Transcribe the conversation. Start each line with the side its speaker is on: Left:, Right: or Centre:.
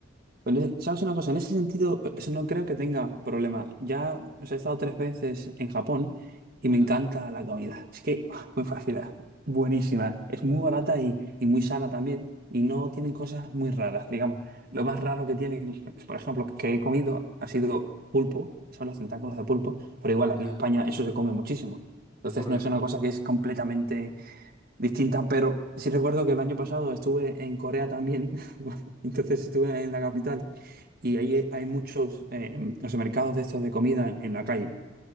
Right: Pues en ese- ¿sabes una cosa? En ese sentido, eh, eso no creo que tenga problema. Ya, o sea, he estado tres veces en Japón y
Left: Ajá,
Right: me encanta la comida. Es que <laughs> muy fascina. Buenísima. Es muy barata y, y muy sana también. Y no tienen cosas muy raras, digamos. Lo más raro que tienen, es, por ejemplo, que he comido ha sido pulpo. Son los tentáculos de pulpo. Pero igual, aquí
Left: ajá,
Right: en España eso se come muchísimo. Entonces
Left: correcto.
Right: no es una cosa que es completamente distintas, pero sí recuerdo que el año pasado estuve en Corea también, <laughs> entonces estuve en la capital y ahí hay muchos eh, o sea, mercados de estos de comida en, en la calle.